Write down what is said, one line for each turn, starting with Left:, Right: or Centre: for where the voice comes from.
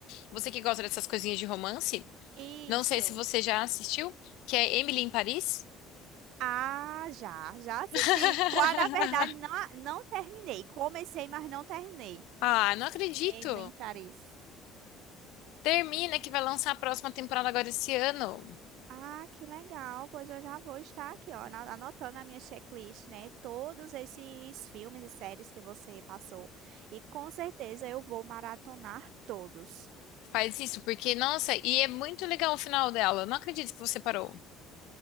Left: Você que gosta dessas coisinhas de romance,
Right: Isso.
Left: não sei se você já assistiu, que é Emily em Paris.
Right: Ah, já, já assisti.
Left: <laughs>
Right: Qua- Na verdade, não, a- não terminei. Comecei, mas não terminei.
Left: Ah, não acredito.
Right: Emily Paris.
Left: Termina que vai lançar a próxima temporada agora esse ano.
Right: Ah, que legal. Pois eu já vou estar aqui, ó, na- anotando na minha checklist, né? Todos esses filmes e séries que você passou. E com certeza eu vou maratonar todos.
Left: Faz isso, porque, nossa, e é muito legal o final dela. Não acredito que você parou.